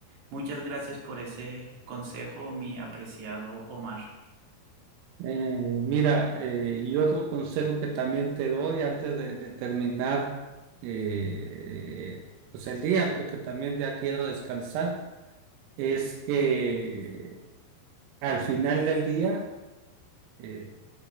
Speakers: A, on the right; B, on the right.
A: Muchas gracias por ese consejo, mi apreciado Omar.
B: Eh, mira, eh, y otro consejo que también te doy antes de, de terminar eh, pues el día, porque también ya quiero descansar, es que al final del día eh,